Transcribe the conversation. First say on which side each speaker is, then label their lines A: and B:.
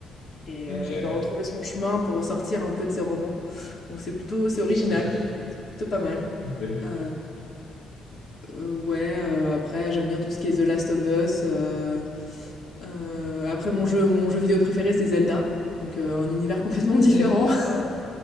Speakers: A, on the left (about 50°); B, on the left (about 85°).
A: et
B: Ok.
A: heu, il doit retrouver son chemin pour ressortir un peu de ses romans. Donc c'est plutôt c'est original,
B: <laughs>
A: c'est plutôt pas mal.
B: Ok.
A: Heu heu, ouais, heu, après j'aime bien tout ce qui est The Last of Us, heu Heu, après mon jeu mon jeu vidéo préféré, c'est Zelda, donc heu, un univers complètement différent.
B: Mm.
A: <laughs>